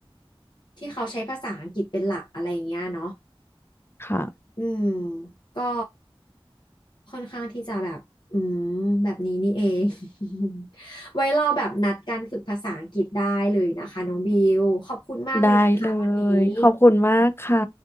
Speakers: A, on the left (about 50°); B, on the left (about 25°).
A: ที่เขาใช้ภาษาอังกฤษเป็นหลักอะไรอย่างเงี้ยเนาะ
B: ค่ะ
A: อืมก็ค่อนข้างที่จะแบบอืมแบบนี้นี่เอง <laughs> ไว้เราแบบนัดกันฝึกภาษาอังกฤษได้เลยนะคะน้องบิวขอบคุณมากเลยนะคะวันนี้
B: ได้เลย ขอบคุณมากค่ะ